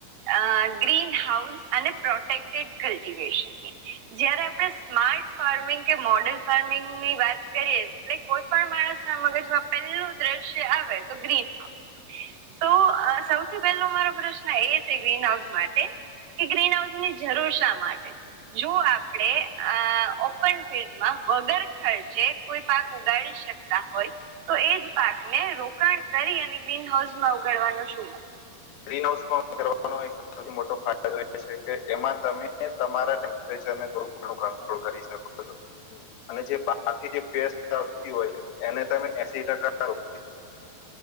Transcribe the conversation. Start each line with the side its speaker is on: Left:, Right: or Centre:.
Right: અ ગ્રીન હાઉસ અને પ્રોટેક્ટેડ કલ્ટિવેશન.
Left: <inaudible>
Right: જયારે આપણે સ્માર્ટ ફાર્મિંગ કે મોડેલ ફાર્મિંગ ની વાત કરીએ. કોઈ પણ માણસ ના મગજમાં પહેલું દ્રશ્ય આવે તો ગ્રીન <inaudible> તો અ સૌથી પહેલો મારો પ્રશ્ન એ છે ગ્રીનહાઉસ માટે કે ગ્રીનહાઉસની જરૂર શા માટે? છે જો આપડે ઓપન અ ફિલ્ડમાં, વગર ખર્ચે કોઈ પાક ઉગાડી શકતા હોય તો એ જ પાકને રોકાણ કરી અને ગ્રીન હાઉસમાં ઉગડવાનો શું મત
Left: ગ્રીન હાઉસમાં <inaudible> વાનો એક સૌથી મોટો ફાયદો રહે છે કે એમાં તમે તમારા ટેમ્પરેચરને થોડું ઘણું કંટ્રોલ કરી શકો છો. અને જે બાકી જે પેસ્ટ આવતી હોય છે એને તમે એસી ટકા રો <inaudible>